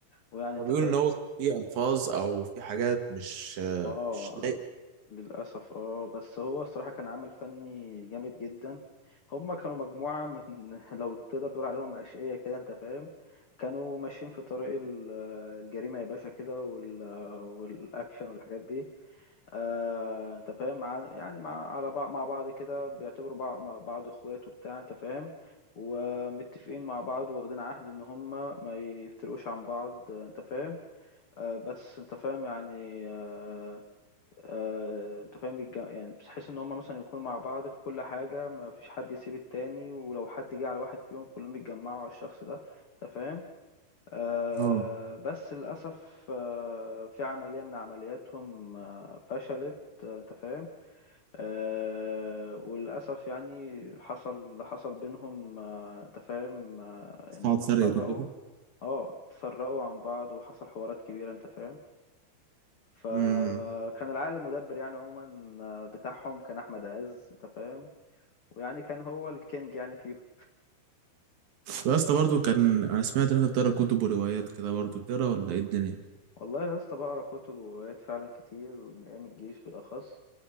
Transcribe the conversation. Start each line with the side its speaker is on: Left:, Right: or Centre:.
Left: ويعني انت
Right: هو بيقول
Left: فاهم
Right: ان هو في الفاظ او في حاجات مش
Left: اه
Right: مش لايقه
Left: للأسف اه بس هو الصراحة كان عمل فني جامد جدا هما كانوا مجموعة من <laughs> لو تقدر تقول عليهم أشقية كده أنت فاهم كانوا ماشيين في طريق ال- آه، الجريمة يا باشا كده وال- والأكشن والحاجات دي آه، أنت فاهم مع- يعني مع على بعض مع بعض كده بيعتبروا بعض مع بعض إخوات وبتاع أنت فاهم ومتفقين مع بعض واخدين عهد إن هما ما يفترقوش عن بعض أنت فاهم آه، بس انت فاهم يعني آه، آه، انت فاهم الج- يعني بتحس ان هم مثلا يكونوا مع بعض في كل حاجة ما فيش حد يسيب التاني ولو حد جه على واحد فيهم كلهم يتجمعوا على الشخص ده انت فاهم آه
Right: اه
Left: بس للأسف آه في عملية من عملياتهم آه فشلت آه، انت فاهم آه وللأسف يعني حصل اللي حصل بينهم آه انت فاهم آه
Right: ساعة
Left: ان هم
Right: سرقت
Left: اتفرقوا
Right: وكده
Left: اه اتفرقوا عن بعض وحصل حوارات كبيرة انت فاهم فكان
Right: امم
Left: العقل المدبر يعني عموما آه، بتاعهم كان احمد عز انت فاهم ويعني كان هو الكينج يعني فيهم
Right: يا اسطى برضه كان انا سمعت ان انت بتقرا كتب وروايات كده برضه بتقرا ولا ايه الدنيا
Left: والله يا اسطى بقرا كتب وروايات فعلا كتير من ايام الجيش بالاخص